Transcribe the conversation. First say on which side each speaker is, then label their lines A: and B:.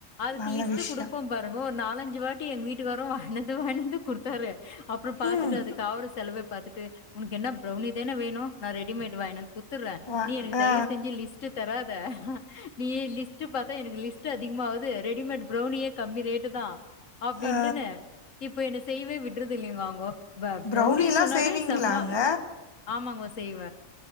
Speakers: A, on the left; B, on the left.
A: அதுக்கு
B: நல்ல
A: லிஸ்ட்
B: விஷயோ
A: கொடுப்போ பாருங்க ஒரு நாலஞ்சு வாட்டி எங்க வீட்டுகாரு வாங்கினந்து வாங்கினந்து குடுத்தாரு அப்பற பாத்துட்டு
B: ம்
A: அது காவுர செலவ பாத்துட்டு உனக்கு என்ன ப்ரௌனி தானே வேணு நா ரெடிமேட் வாங்கினந்து குத்துறே
B: வா
A: நீ எனக்கு தய்வு
B: ஆ
A: செஞ்சு லிஸ்ட் தராத நீயே லிஸ்ட் பாத்தா எனக்கு லிஸ்ட் அதிகமாகுது ரெடிமேட் ப்ரௌனியே கம்மி ரேட்டு தா அப்டின்ட்டுன்னு
B: ஆ
A: இப்ப என்ன செய்வே விட்றது இல்லிங்கோ அவுங்கோ ப்ரௌனி
B: ப்ரௌனிலா
A: சொன்னாவே
B: செய்வீங்களாங்க
A: செம்மா ஆமாங்க செய்வ